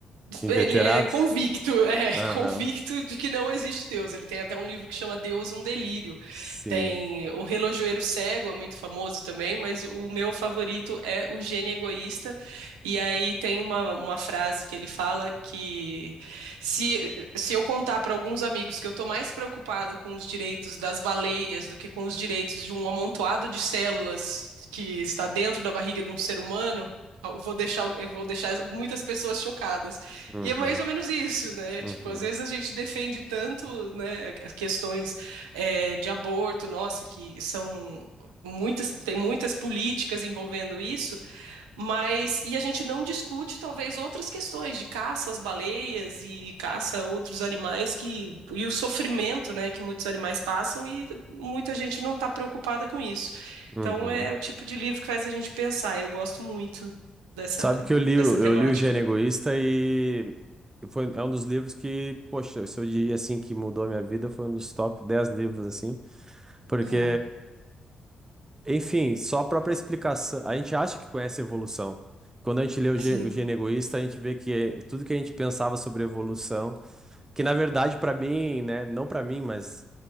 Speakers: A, on the right; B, on the right.
A: Inveterado?
B: ele é convicto, é
A: Aham.
B: <laughs> convicto de que não existe Deus. Ele tem até um livro que chama Deus, um Delírio.
A: Sim.
B: Tem O Relojoeiro Cego, é muito famoso também, mas o meu favorito é O Gênio Egoísta. E aí tem uma, uma frase que ele fala que se, se eu contar para alguns amigos que eu estou mais preocupado com os direitos das baleias do que com os direitos de um amontoado de células que está dentro da barriga de um ser humano, eu vou deixar, eu vou deixar muitas pessoas chocadas.
A: Uhum.
B: E é mais ou menos isso, né? Tipo,
A: Uhum.
B: às vezes a gente defende tanto, né, as questões é, de aborto, nossa, que são muitas, tem muitas políticas envolvendo isso, mas e a gente não discute talvez outras questões de caça às baleias e caça a outros animais que e o sofrimento, né, que muitos animais passam e muita gente não está preocupada com isso.
A: Uhum.
B: Então é o tipo de livro que faz a gente pensar. Eu gosto muito dessa
A: Sabe que eu li,
B: dessa
A: o-
B: temática.
A: eu li o Gênio Egoísta e e foi, é um dos livros que, poxa, se eu diria assim que mudou a minha vida, foi um dos top 10 livros, assim, porque,
B: É,
A: enfim, só a própria explicação, a gente acha que conhece a evolução. Quando a gente lê o,
B: sim.
A: Gê- o Gênio Egoísta, a gente vê que é- tudo que a gente pensava sobre evolução Que na verdade, para mim, né, não para mim, mas